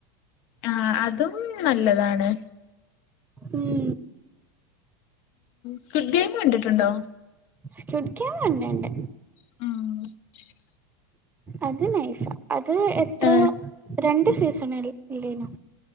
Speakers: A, on the left; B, on the right.
A: ആഹ അതും നല്ലതാണ്
B: ഉം
A: സ്ക്ിഡ് ഗെയിം കണ്ടിട്ടുണ്ടോ
B: സ്‌ കുട് ഗെയിം കണ്ട് ണ്ട്
A: ഉം
B: അത് നൈസ. അത് എത്രോ
A: ആ
B: രണ്ട് സീസൺ ഇല്ലനോ